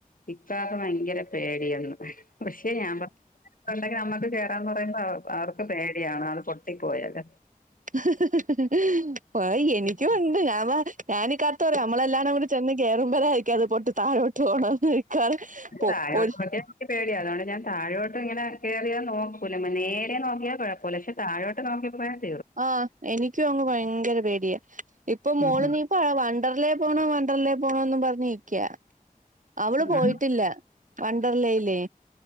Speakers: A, on the left (about 65°); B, on the right (about 60°).
A: ഇപ്പാത്െ ഭയങ്കര പേടിയന്ന് പക്ഷെ ഞാൻണ്ടെങ്കി നമ്മുക്ക് കേ ആ പറ ആ അവർക്ക് പ <unintelligible> <unintelligible> പൊട്ടി പോയത്
B: <unintelligible> യ നിക്കും ഉണ്ട് ഞാൻ ഞാനീക്കാർത്ത് പറയും നമ്മളെല്ലാന്നും കൂടി ചെന്ന് കേറുമ്പഴേ ക്കത് പൊട്ടി താഴോട്ട് പോണംന്ന് ഇക്കാറ്
A: താഴോട്ട്
B: ഒരു
A: നോക്കിയാ എനിക്ക് പേടിയാ അതുകൊണ്ട് ഞാൻ താഴോട്ട് ഇങ്ങനെ കേറിയാ നോക്കൂല നേരെ നോക്കിയാൽ കുഴപ്പമില്ല പക്ഷെ താഴോട്ട് നോക്കിയപ്പോ ത
B: ആ എനിക്കും അങ്ങ് ഭയങ്കര പേടിയാ ഇപ്പൊ മോള്
A: ഉം
B: നീപ്പ വണ്ടറിലേ പോണോ വണ്ടറിലെ പോണോന്നുംപറഞ്ഞിരി ക്ക്യാ അവള്
A: ആ
B: പോയിട്ടില്ല വണ്ടർലേല്ലേ